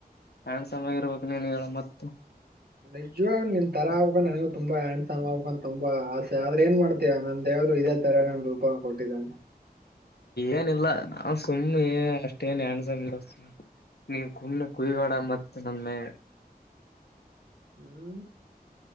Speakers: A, on the left; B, on the right.
A: ಹಾಂಡ್ಸೋಮ್ ಆಗಿ ಇರ್ಬೇಕು ನೀನ್ ಹೇಳ ಮತ್ತೆ
B: ನಿಜ್ವಾಗ್ಲೂ ನಿನ್ ತರ ಆಗ್ಬೇಕು ನನಗ ತುಂಬ ಹಂಡ್ಸ್ಮ್ ಆಗ್ಬೇಕು ಅಂತ ತುಂಬ ಆಸೆ ಆದ್ರೆ ಏನ್ ಮಾಡ್ತೀಯಾ ನನ್ ದೇವರು ಇದ ಈ ತರ ನಾನ್ ರೂಪ ಕೊಟ್ಟಿದ್ದಾನೆ
A: ಏನಿಲ್ಲ ನಾವ ಸುಮ್ಮನೆ ಅಷ್ಟೇನ್ ಅಣಸಮ ಇಲ್ಲ ನೀ ಕುಮನೆ ಕುಯ್ಗೋಡ
B: ಹ್ಮ್
A: ಮತ್ತ ಸುಮ್ನೆ
B: ಹ್ಮ